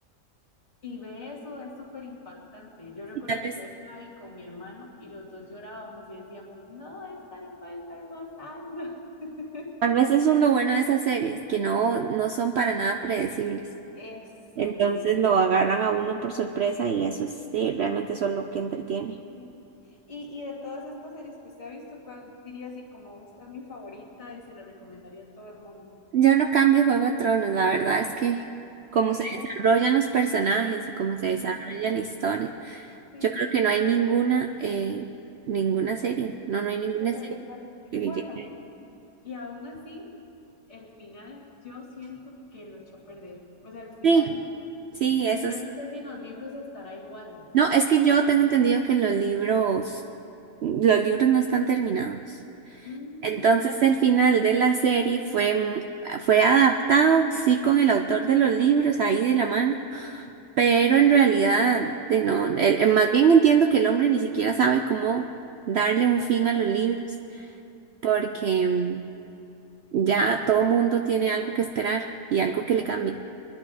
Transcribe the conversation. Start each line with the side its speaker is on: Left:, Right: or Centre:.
Left: y ve eso, es súper impactante. Yo recuerdo
Right: y tal
Left: que
Right: vez,
Left: yo eso la vi con mi hermano y los dos llorábamos y decíamos, no, esta no puede estar pasando. <laughs>
Right: tal vez eso es lo bueno de esas series, que no, no son para nada predecibles.
Left: Eso
Right: Entonces
Left: mismo.
Right: lo agarran a uno por sorpresa y eso es, sí, realmente eso es lo que entretiene.
Left: Sí. Y, y de todas estas series que usted ha visto, ¿cuál diría así como esta es mi favorita y se la recomendaría a todo el mundo?
Right: Yo no cambio Juego de Tronos, la verdad es que cómo
Left: ¿Verdad?
Right: se desarrollan los personajes y cómo se desarrolla
Left: Ujú.
Right: la historia.
Left: Sí.
Right: Yo creo que no hay ninguna, eh, ninguna serie. No, no hay ninguna
Left: Es
Right: serie.
Left: el igual.
Right: que
Left: Bueno,
Right: le llegue.
Left: y aún así, el final yo siento que lo echó a perder. O sea, el final,
Right: Sí, sí, eso
Left: yo
Right: sí.
Left: no sé si en los libros estará igual.
Right: No, es que yo tengo entendido que los libros, los libros no están terminados.
Left: Mm,
Right: Entonces el final de la serie fue, fue adaptado, sí, con el autor de los libros ahí de la mano Pero en realidad, de no, el- eh, más bien entiendo que el hombre ni siquiera sabe cómo darle un fin a los libros, porque mm, ya todo mundo tiene algo que esperar y algo que le cambie.
Left: sí.